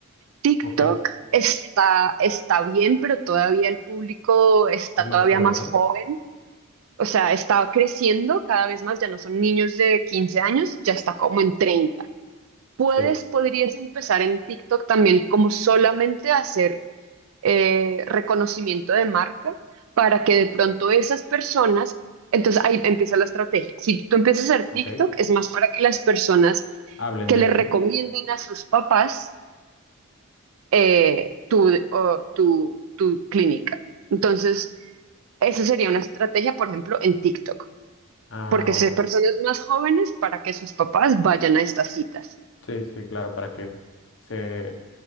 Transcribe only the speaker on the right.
TikTok
está, está bien, pero todavía el público está
todavía
más
joven, o sea, está creciendo cada vez más, ya no son niños de 15 años, ya está como en treinta Puedes,
podrías empezar en TikTok también como solamente a hacer eh, reconocimiento de marca para que de pronto esas personas, entonces ahí empieza la estrategia. Si tú empiezas a hacer
TikTok, es más para que las personas
que
le
recomienden a sus papás eh, tu, o tu, tu clínica. Entonces, esa sería una estrategia, por ejemplo, en TikTok,
porque son
personas más jóvenes para que sus papás vayan a estas citas.